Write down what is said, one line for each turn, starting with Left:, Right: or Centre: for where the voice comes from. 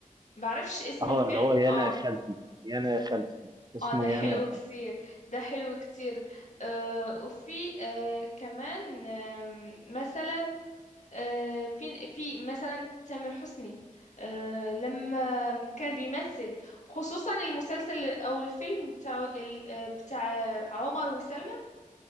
Left: بعرفش اسم
Right: اه
Left: الفيلم
Right: اللي هو يا
Left: اه
Right: انا يا خالتي يا انا يا خالتي اسمه
Left: اه ده حلو
Right: يا انا يا خالتي
Left: كتير ده حلو كتير آه وفي آه كمان آه مثلا آه، في في مثلا تامر حسني آه، لما كان بيمثل خصوصا المسلسل او الفيلم بتاعه ديال آه، بتاع عمر وسلمى